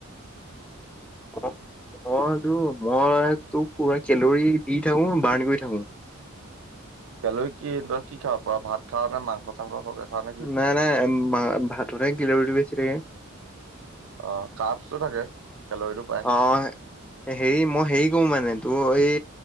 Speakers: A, in the centre; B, on the right.
A: উম। মইতো মই তোক পুৰা কেলৰি দি থাকো বাৰ্ণ কৰি থাকো।
B: কেলৰি কি তয় কি খাৱ ভাত খাৱ নে মাংস চাংস সৰহকে খাৱ নে কি
A: নাই নাই মা ভাততহে কেলৰিটো বেছি থাকে।
B: অ' কাৰ্বচটো থাকে। কেলৰিটো পায়
A: অ' হেৰি মই হেৰি কৰো মানে তোৰ এই